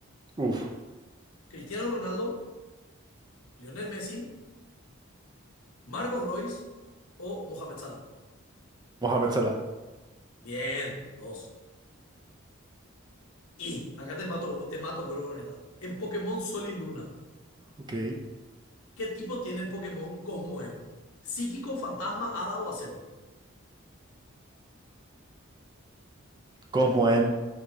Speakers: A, on the right; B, on the left.
A: Uf.
B: ¿Cristiano Ronaldo, Lionel Messi, Marcos Royce o Mohamed Salah?
A: Mohamed Salah.
B: Bien, dos. Y acá te mato, te mato creo con esta. En Pokémon Sol y Luna,
A: Ok.
B: ¿qué tipo tiene el Pokémon Cosmoem? ¿Psíquico, fantasma, hada o acero?
A: Cosmo M.